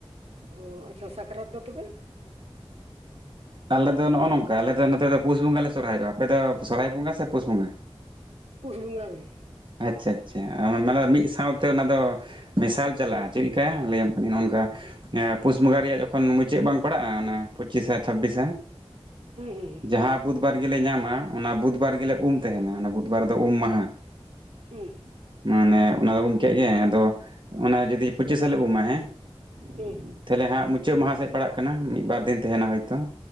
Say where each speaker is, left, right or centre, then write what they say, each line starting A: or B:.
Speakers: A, on the right; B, on the right.
A: ᱚ ᱟᱪᱪᱷᱟ ᱥᱟᱠᱨᱟᱛ ᱫᱚ ᱛᱚᱵᱮ?
B: ᱟᱞᱮ ᱫᱚ ᱱᱚᱜ-ᱚ ᱱᱚᱝᱠᱟ ᱟᱞᱮ ᱫᱚ ᱱᱚᱛᱮ ᱫᱚ ᱯᱩᱥ ᱵᱚᱸᱜᱟ ᱞᱮ ᱥᱚᱨᱦᱟᱭᱚᱜ-ᱟ, ᱟᱯᱮ ᱫᱚ ᱥᱚᱨᱚᱦᱟᱭ ᱵᱚᱸᱜᱟ ᱥᱮ ᱯᱩᱥ ᱵᱚᱸᱜᱟ?
A: ᱯᱩᱥ ᱵᱚᱝᱜᱟ ᱜᱮ᱾
B: ᱟᱪᱪᱷᱟ ᱟᱪᱪᱷᱟ ᱟ ᱚᱱᱟ ᱫᱚ ᱢᱤᱜ ᱥᱟᱶ ᱛᱮ ᱚᱱᱟ ᱫᱚ ᱢᱮᱥᱟᱞ ᱪᱟᱞᱟᱜ-ᱟ᱾ ᱪᱮᱜ ᱞᱮᱠᱟ ᱞᱟᱹᱭᱟᱢ ᱠᱟᱹᱱᱟᱹᱧ ᱱᱚᱱᱠᱟ᱾ ᱮᱸ ᱯᱩᱥ ᱵᱚᱸᱜᱟ ᱨᱮᱭᱟᱜ ᱡᱚᱠᱷᱚᱱ ᱢᱩᱪᱟᱹᱜ ᱵᱟᱝ ᱯᱟᱲᱟᱜ-ᱟ ᱚᱱᱟ ᱯᱚᱪᱤᱥᱟ ᱪᱷᱟᱵᱽᱵᱤᱥᱟᱼᱼ
A: ᱦᱩᱸ ᱦᱩᱸ
B: ᱡᱟᱦᱟᱸ ᱵᱩᱫᱽᱵᱟᱨ ᱜᱮᱞᱮ ᱧᱟᱢᱟ ᱚᱱᱟ ᱵᱩᱫᱽᱵᱟᱨ ᱜᱮᱞᱮ ᱩᱢ ᱛᱮᱦᱮᱱᱟ ᱚᱱᱟ ᱵᱩᱫᱽᱵᱟᱨ ᱨᱮ ᱫᱚ ᱩᱢ ᱢᱟᱦᱟᱸ᱾
A: ᱦᱮᱸ
B: ᱢᱟᱱᱮ ᱚᱱᱟ ᱫᱚ ᱩᱢ ᱠᱮᱜ ᱜᱮ ᱟᱫᱚ ᱚᱱᱟ ᱡᱩᱫᱤ ᱯᱚᱪᱤᱥᱟ ᱞᱮ ᱩᱢᱟ ᱦᱮᱸ᱾
A: ᱦᱩᱸ
B: ᱛᱟᱞᱮ ᱦᱟᱸᱜ ᱢᱩᱪᱟᱹᱜ ᱢᱟᱦᱟᱸ ᱥᱮᱜ ᱯᱟᱲᱟᱜ ᱠᱟᱱᱟ ᱢᱤᱫᱼᱵᱟᱨ ᱫᱤᱱ ᱛᱮᱦᱮᱱᱟ ᱦᱳᱭᱛᱚ